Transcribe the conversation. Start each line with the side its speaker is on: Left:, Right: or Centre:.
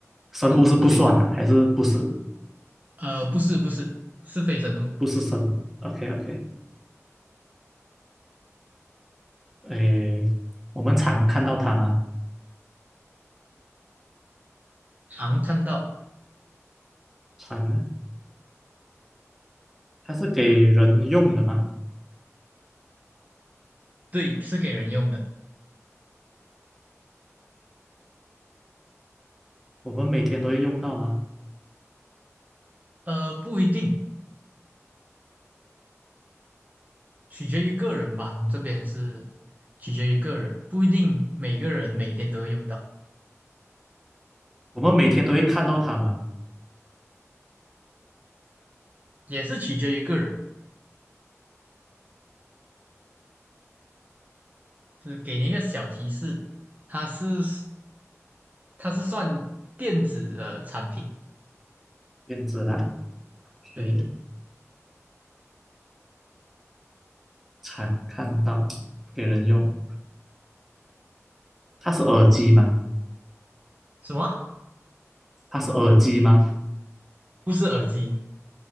Centre: 生物是不算啦，
Right: 嗯，非生物，
Centre: 还是不是？
Right: 呃，不是不是，是非生物，
Centre: 不是生物，OK OK，诶，我们常看到它吗？
Right: 常看到，
Centre: 常啊，它是给人用的吗？
Right: 对，是给人用的，
Centre: 我们每天都会用到吗？
Right: 呃，不一定。取决于个人吧，
Centre: 嗯，
Right: 这边是取决于个人，不一定每个人每天都会用到，
Centre: 我们每天都会看到它吗？
Right: 也是取决于个人。是给你一个小提示，它是它是算电子的产品，
Centre: 电子啦，OK。
Right: 对，
Centre: 常看到给人用。它是耳机吗？
Right: 什么？
Centre: 它是耳机吗？
Right: 不是耳机，